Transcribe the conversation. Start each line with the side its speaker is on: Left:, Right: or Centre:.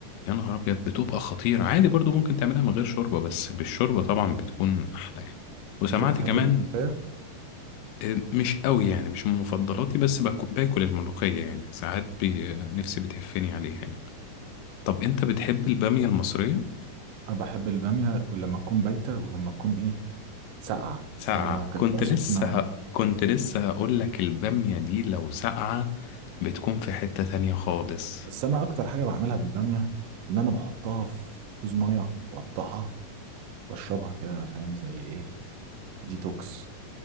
Left: يا نهار أبيض بتبقى خطيرة عادي برضو ممكن تعملها من غير شوربة بس بالشوربة طبعا بتكون أحلى يعني وسمعت
Right: انت بتحب
Left: كمان
Right: الملوخية
Left: آه، مش قوي يعني مش من مفضلاتي بس باك- باكل الملوخية يعني ساعات بي... آه، نفسي بتهفني عليها يعني طب أنت بتحب البامية المصرية؟
Right: انا بحب البامية ولما تكون بايتة ولما تكون ايه ساقعة
Left: ساقعة
Right: أنا لو كلتها
Left: كنت
Right: سخنة
Left: لسه ه... كنت لسه هقول لك البامية دي لو ساقعة بتكون في حتة تانية خالص
Right: بس انا اكتر حاجة بعملها بالبامية ان انا بحطها في كوز مية واقطعها واشربها كده فاهم زي ايه ديتوكس